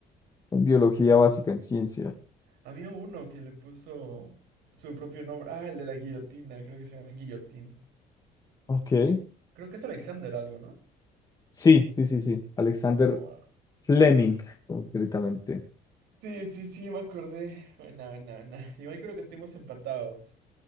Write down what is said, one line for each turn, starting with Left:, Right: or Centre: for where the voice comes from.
Left: en biología básica, en ciencia.
Right: Había uno que le puso su propio nombre. Ah, el de la guillotina, creo que se llama Guillotín.
Left: Ok.
Right: Creo que es Alexander algo, ¿no?
Left: Sí, sí, sí, sí. Alexander
Right: O, ah.
Left: Fleming, concretamente.
Right: Sí, sí, sí, me acordé. Buena, buena, buena. Igual creo que estuvimos empatados